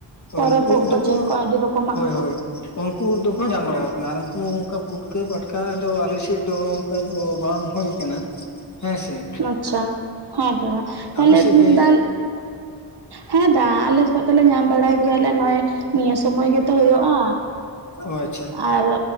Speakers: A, on the right; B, on the left.
A: ᱯᱚᱨᱚᱵᱽ
B: ᱩᱱᱠᱩ
A: ᱠᱚ
B: ᱫᱚᱠᱚ
A: ᱪᱮᱫ ᱠᱚ ᱟᱹᱰᱤ ᱨᱚᱠᱚᱢᱟᱜ
B: ᱦᱳᱭ
A: ᱠᱚ
B: ᱦᱳᱭ, ᱦᱳᱭ᱾ ᱩᱱᱠᱩ ᱫᱚᱠᱚ ᱧᱟᱢ ᱵᱟᱲᱟᱣ ᱠᱟᱱᱟ, ᱟᱨ ᱩᱱᱠᱩ ᱚᱱᱠᱟ ᱯᱷᱩᱴᱠᱟᱹ ᱯᱟᱴᱠᱟ ᱫᱚ, ᱟᱞᱮᱥᱮᱫ ᱫᱚ ᱚᱸᱠᱟ ᱫᱚ ᱵᱟᱝ ᱦᱳᱭ ᱟᱠᱟᱱᱟ ᱦᱮᱸ ᱥᱮ, ᱾
A: ᱟᱪᱪᱷᱟ ᱦᱮᱸᱛᱚ ᱫᱟ, ᱛᱟᱦᱚᱞᱮ
B: ᱥᱮᱫ ᱜᱮ
A: ᱫᱟ ᱦᱮᱸ ᱫᱟ ᱟᱞᱮ ᱥᱮᱫ ᱫᱚᱞᱮ ᱧᱟᱢ ᱵᱟᱲᱟᱭ ᱜᱮᱭᱟᱞᱮ, ᱱᱚᱜᱼᱚᱭ ᱱᱤᱭᱟᱹ ᱥᱚᱢᱚᱭ ᱜᱮᱛᱚ ᱦᱳᱭᱳᱜᱼᱟ᱾
B: ᱳ ᱟᱪ
A: ᱟᱨ